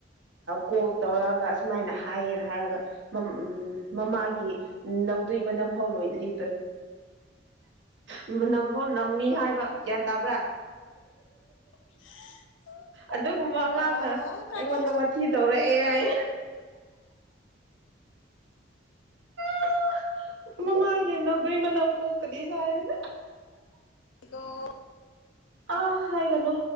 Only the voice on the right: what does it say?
ꯀꯣꯜ ꯇꯧꯔꯛꯑꯒ
ꯁꯨꯃꯥꯏꯅ ꯍꯥꯏꯌꯦꯅ ꯍꯥꯏꯔꯒ ꯎ ꯃꯃꯥꯒꯤ ꯅꯧꯗꯣꯏ ꯃꯅꯝꯐꯥꯎ ꯂꯣꯏꯗ꯭ꯔꯤ ꯅꯐꯝ ꯅꯝꯃꯤ ꯍꯥꯏꯕ ꯒ꯭ꯌꯥꯟ ꯇꯥꯕ꯭ꯔꯥ <inaudible>
ꯑꯗꯨꯒꯨꯝꯕ ꯑꯉꯥꯡꯅ
ꯑꯩꯉꯣꯟꯗ ꯋꯥꯊꯤ ꯇꯧꯔꯛꯑꯦ ꯍꯥꯏ <inaudible> ꯃꯃꯥꯡꯒꯤ ꯌꯦꯅꯗꯏ ꯃꯅꯥ ꯀꯣꯛꯇꯗꯤ ꯁꯥꯔ
ꯑ ꯍꯥꯏꯒꯅꯣ